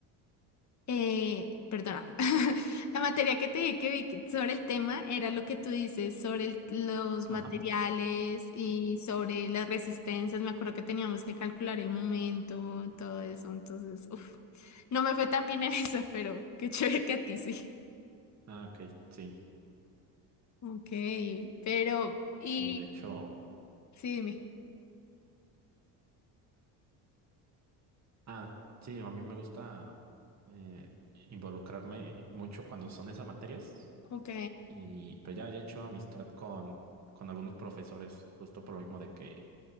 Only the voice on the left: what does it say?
Eh, perdona, <laughs> la materia que te di que vi que- sobre el tema era lo que tú dices sobre el- los
materiales y
sobre las resistencias. Me acuerdo que teníamos que calcular el momento, todo eso. Entonces, uf, no me fue tan bien en <laughs> eso, pero qué chévere que a ti sí.
Ok, pero, y
sí, dime.
Ok,